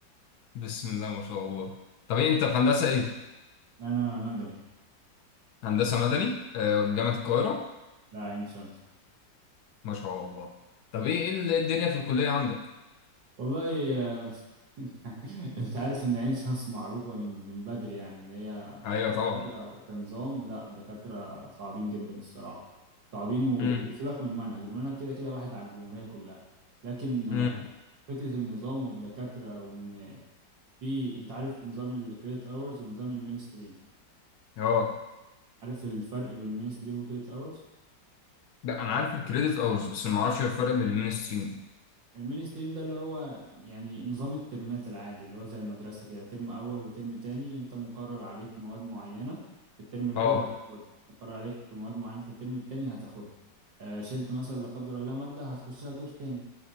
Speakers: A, on the left (about 70°); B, on the right (about 85°).
A: <laughs> بسم الله ما شاء الله طب ايه انت في هندسة ايه؟
B: أنا مدني
A: هندسة مدني آه،
B: آه.
A: جامعة القاهرة
B: لا عين شمس
A: ما شاء الله طب ايه إيه ال- إيه الدنيا في الكلية عندك؟
B: والله <laughs> آه، انت انت عارف ان عين شمس معروفة من من بدري يعني ان هي
A: ايوه
B: دكاترة
A: طبعا
B: وكنظام لا دكاترة صعبين جدا الصراحة صعبين و-
A: امم
B: وسيبك من المنهج المنهج كده كده واحد على الجمهورية كلها لكن آه،
A: امم
B: فكرة النظام والدكاترة وإن في أنت عارف نظام الكريدت أورز ونظام المين ستريم
A: اه
B: عارف الفرق بين المين ستريم والكريدت أورز
A: لا انا عارف الكريدت اورز بس ما اعرفش الفرق بين المين ستريم
B: المين ستريم ده اللي هو يعني نظام الترمات العادي اللي هو زي المدرسة كده ترم أول وترم تاني أنت مقرر عليك مواد معينة في الترم الأول
A: اه
B: هتاخدها مقرر عليك في مواد معينة في الترم التاني هتاخدها آه شلت مثلا لا قدر الله مادة هتخشها دور تاني